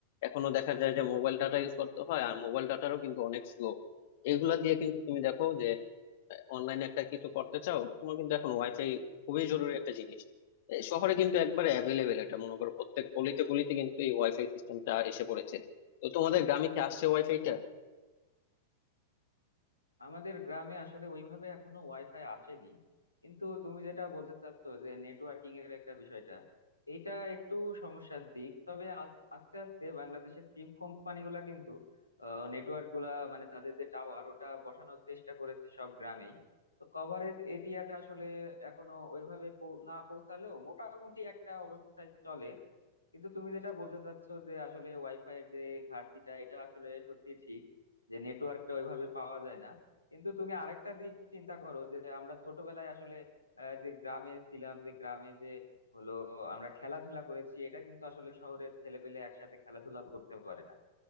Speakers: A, on the left (about 50°); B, on the left (about 85°).
A: এখনো দেখা যায় যে মোবাইল ডাটা ইউজ করতে হয় আর মোবাইল ডাটারও কিন্তু অনেক স্লো এগুলা দিয়ে কিন্তু তুমি দেখো যে অনলাইনে একটা কিছু করতে চাও তোমার কিন্তু এখন ওয়াইফাই খুবই জরুরি একটা জিনিস এই শহরে কিন্তু একবারে অ্যাভেলেবেল এটা মনে করো প্রত্যেক অলিতে গলিতে কিন্তু এই ওয়াইফাই সিস্টেমটা এসে পড়েছে তো তোমাদের গ্রামে কি আসছে ওয়াইফাইটা
B: আমাদের গ্রামে আসলে ওইভাবে এখনো ওয়াইফাই আসেনি কিন্তু তুমি যেটা বলতে চাচ্ছ যে নেটওয়ার্কিং এর একটা বিষয়টা এটা একটু সমস্যার দিক তবে আস- আস্তে আস্তে বাংলাদেশের সিম কোম্পানিগুলা কিন্তু নেটওয়ার্ক গুলা মানে তাদের যে টাওয়ার ওটা বসানোর চেষ্টা করেছে সব গ্রামেই তো কভারেজ এরিয়াটা আসলে এখনো ওইভাবে পৌ- না পৌঁছালেও মোটামুটি একটা অবস্থায় চলে কিন্তু তুমি যেটা বলতে চাচ্ছো যে আসলে ওয়াইফাই এর যে ঘাটতিটা এটা আসলে সত্যি ঠিক যে নেটওয়ার্কটা ওইভাবে পাওয়া যায় না কিন্তু তুমি আরেকটা দিক চিন্তা করো যে আমরা ছোটবেলায় আসলে আহ, যে গ্রামে ছিলাম যে গ্রামে যে হলো আমরা খেলাধুলা করেছি এটা কিন্তু আসলে শহরের ছেলেপেলে একসাথে খেলাধুলা করতে পারে না